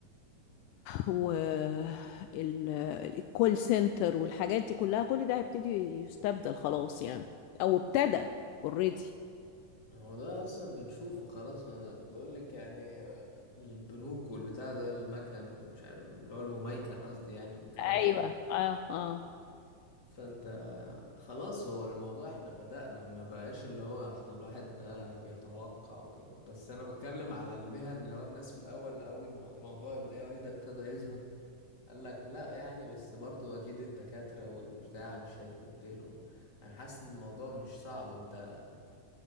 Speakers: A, on the left; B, on the left.
A: والكول سنتر والحاجات دي كلها كل ده هيبتدي يستبدل خلاص يعني أو ابتدى اوريدي
B: ما هو ده أصلا بنشوفه خلاص ما بقول لك يعني البنوك والبتاع ده المكن ومش عارف اللي هو المميكن قصدي يعني والكلام
A: ايوه
B: ده.
A: اه اه
B: فأنت خلاص هو الموضوع احنا بدأنا ما بقاش اللي هو احنا الواحد بقى بيتوقع وكده بس أنا بتكلم على المهن اللي هو الناس في الأول أول ما موضوع ال AI ده ابتدى يظهر قال لك لا يعني بس برضو اكيد الدكاترة والبتاع مش هيتبدلوا انا حاسس ان الموضوع مش صعب انت